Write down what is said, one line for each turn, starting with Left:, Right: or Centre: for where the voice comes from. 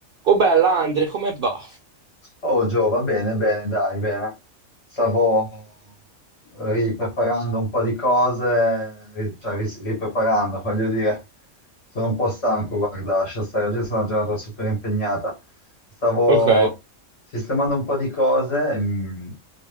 Right: Oh bella Andre, come va?
Left: Oh Gio, va bene, bene, dai, bene. Stavo ripreparando un po' di cose, ri- cioè ri- ripreparando, voglio dire, sono un po' stanco, guarda, lascia stare, oggi è stata una giornata super impegnata. Stavo
Right: Ok.
Left: sistemando un po' di cose, mm,